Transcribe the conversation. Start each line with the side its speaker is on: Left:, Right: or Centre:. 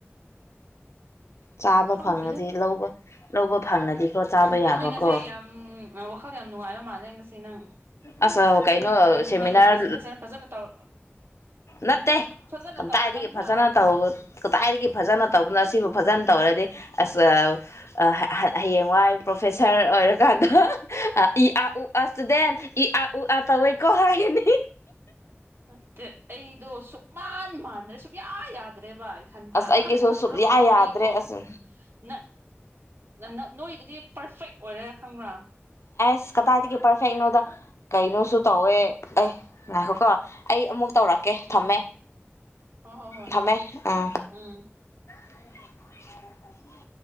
Left: ꯆꯥꯕ
Right: ꯈꯪꯗꯦꯗ
Left: ꯐꯪꯉꯗꯤ ꯂꯧꯕ ꯂꯧꯕ ꯐꯪꯉꯗꯤꯀꯣ ꯆꯥꯕ
Right: ꯅꯪꯗꯤ
Left: ꯌꯥꯕꯀꯣ
Right: ꯉꯁꯤ ꯌꯥꯝ ꯋꯥꯈꯜ ꯌꯥꯝ ꯅꯨꯡꯉꯥꯏꯕ ꯃꯥꯜꯂꯦ ꯉꯁꯤ ꯅꯪ
Left: ꯑꯁ ꯀꯩꯅꯣ
Right: ꯍꯥꯏꯗꯤ
Left: ꯁꯦꯃꯤꯅꯥꯔ
Right: ꯅꯪꯒꯤ ꯄ꯭ꯔꯖꯦꯟꯇꯦꯁꯟ ꯐꯖꯅ ꯇꯧ
Left: ꯅꯠꯇꯦ
Right: ꯐꯖꯅ
Left: ꯀꯗꯥꯏꯗꯒꯤ
Right: ꯇꯧꯔꯕꯅꯤꯅ
Left: ꯐꯖꯅ ꯇꯧꯕ ꯀꯗꯥꯏꯗꯒꯤ ꯐꯖꯅ ꯇꯧꯕꯅꯣ ꯁꯤꯕꯨ ꯐꯖꯅ ꯇꯧꯔꯗꯤ ꯑꯁ ꯑ ꯑ ꯍ- ꯍ- ꯍꯌꯦꯡꯋꯥꯏ ꯄ꯭ꯔꯣꯐꯦꯁꯔ ꯑꯣꯏꯔꯀꯥꯟꯗ ꯑ ꯏ ꯑꯥ ꯎ ꯑꯥ ꯁ꯭ꯇꯨꯗꯦꯟꯠ ꯏ ꯑ ꯎ ꯑ ꯇꯧꯋꯦꯀꯣ ꯍꯥꯏꯅꯤ
Right: ꯅꯠꯇꯦ ꯑꯩꯗꯣ ꯁꯨꯛꯃꯥꯟ ꯃꯥꯟꯗ꯭ꯔꯦ ꯁꯨꯛꯌꯥ ꯌꯥꯗ꯭ꯔꯦ ꯕ ꯏꯊꯟꯇ
Left: ꯑꯁ ꯑꯩꯒꯤꯁꯨ
Right: ꯈꯜꯂꯨ ꯈꯜꯂꯨꯔꯒꯀꯣ
Left: ꯁꯨꯛꯌꯥ ꯌꯥꯗ꯭ꯔꯦ
Right: ꯑꯩꯀꯣ
Left: ꯑꯁ
Right: ꯅꯪ ꯅꯪ ꯅꯣꯏꯒꯤꯗꯤ ꯄ꯭ꯔꯐꯦꯛ ꯑꯣꯏꯔꯦ ꯈꯪꯕ꯭ꯔꯥ
Left: ꯑꯁ ꯀꯗꯥꯏꯗꯒꯤ ꯄꯔꯐꯦꯛꯅꯣꯗ ꯀꯩꯅꯣꯁꯨ ꯇꯧꯋꯦ ꯑꯩ ꯉꯥꯏꯈꯣꯀꯣ ꯑꯩ ꯑꯃꯨꯛ ꯇꯧꯔꯛꯀꯦ ꯊꯝꯃꯦ
Right: ꯍꯣ ꯍꯣ ꯍꯣꯏ
Left: ꯊꯝꯃꯦ ꯑꯥ
Right: ꯎꯝ
Left: <unintelligible>